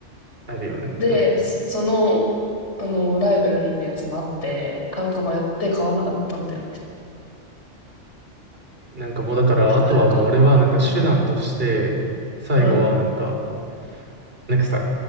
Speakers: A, on the right; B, on the left.
A: あるよね。
B: で、
A: うん。
B: そその、あの、ライブラリーのやつもあって、買うか迷って買わなかったんだよね。
A: なんかもうだから、
B: 買えばよかった。
A: あとはもう俺はなんか手段として、最後はなんか、
B: うん。
A: なんかさ、